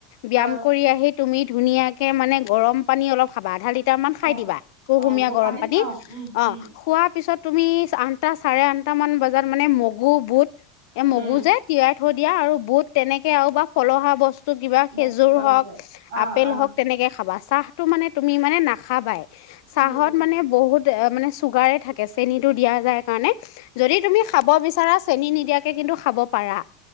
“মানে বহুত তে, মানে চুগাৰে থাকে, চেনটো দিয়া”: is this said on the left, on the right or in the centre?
Left